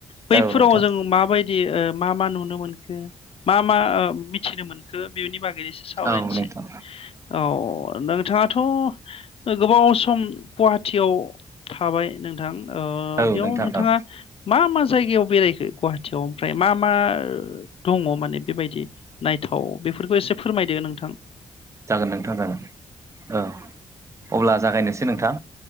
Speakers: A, on the left; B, on the right.
A: बैफोराव
B: औ नोंथां
A: जों माबायदि ओ मा मा नुनो मोनखो मा मा ओ मिथिनो मोनखो बेनि बागै। सावरायनोसै
B: औ नोंथां
A: औ नों- नोंथांआथ' गोबाव सम गुवाहाटियाव थाबाय नोंथां ओ
B: औ
A: बेयाव
B: नोंथां
A: नोंथाङा
B: औ
A: मा मा जायगायाव बेरायखो गुवाहाटियाव ओमफ्राय मा मा दङ माने बेबायदि नायथाव बेफोरखो एसे फोरमायदो नोंथां।
B: जागोन नोंथां जागोन औ अब्ला जागायनोसै नोंथां